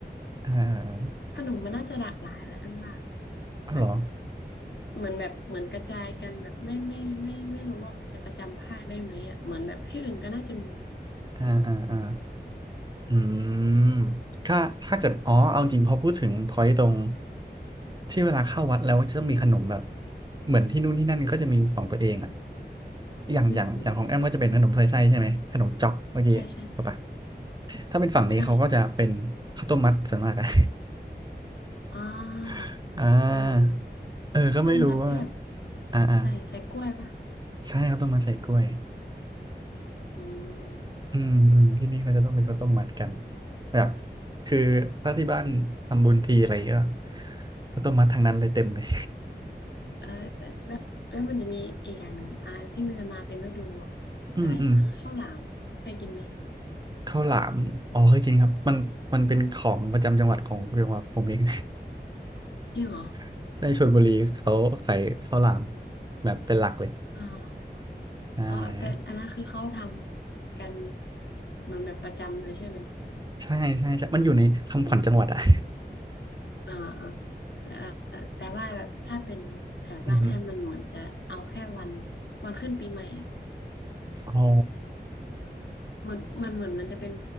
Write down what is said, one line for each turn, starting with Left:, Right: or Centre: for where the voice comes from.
Right: อ่าอ่า
Left: ขนมมันน่าจะหลากหลายแหละอันว่า
Right: เอาเหรอ
Left: แบบเหมือนแบบเหมือนกระจายกันแบบไม่ไม่ไม่ไม่ไม่รู้ว่ามันจะประจำภาคได้ไหมอ่ะเหมือนแบบที่อื่นก็น่าจะมี
Right: อ่าอ่าอ่า อืมถ้าถ้าเกิดอ๋อเอาจริงพอพูดถึงพอยตตรงที่เวลาเข้าวัดแล้วจะต้องมีขนมแบบเหมือนที่นู่นที่นั่นก็จะมีของตัวเองอะอย่างอย่างอย่างของแอมก็จะเป็นขนมถ้วยไส้ใช่ไหมขนมจ๊อกเมื่อกี้ถูกปะ
Left: อืมอืมใช่ใช่
Right: ถ้าเป็นฝั่งนี้เขาก็จะเป็นข้าวต้มมัดส่วนมากอะ
Left: ใช่ อ่า
Right: <laughs> อ่า
Left: เออ
Right: เออก็ไม่รู้ว่า
Left: ข้าวต้มมัดที่แบบ
Right: อ่าอ่า
Left: ใส่ใส่กล้วยปะ
Right: ใช่ข้าวต้มมัดใส่กล้วย
Left: อืม
Right: อืมอืมที่นี่เขาจะต้องไปข้าวต้มมัดกันแบบคือถ้าที่บ้านทำบุญทีอะไรก็ข้าวต้มมัดทางนั้นเลยเต็มเลย
Left: เออแล้วแล้วแล้วมันจะมีอีกอย่างหนึ่งอ่าที่มันจะมาเป็นฤดูอะ
Right: <laughs> อืมอืม
Left: อะไรข้าวหลามเคยกินไหม
Right: ข้าวหลามอ๋อเคยกินครับมันมันเป็นของประจำจังหวัดของจังหวัดผมเอง
Left: จริงเหรอ
Right: <laughs> ในชลบุรีเขาขายข้าวหลามแบบเป็นหลักเลย
Left: อ่า
Right: อ่า
Left: อ๋อแต่อันนั้นคือเขาทำกันมันแบบประจำเลยใช่ไหม
Right: ใช่ใช่ใช่มันอยู่ในคำขวัญจังหวัดอ่ะ
Left: อ่าอ่าแต่เอ่อแต่ว่าแบบถ้าเป็นแถวบ้านแอมมันเหมือนจะเอาแค่วัน
Right: <laughs> อือฮึ
Left: วันขึ้นปีใหม่อะ
Right: อ๋อ
Left: เหมือนมันเหมือนมันจะเป็น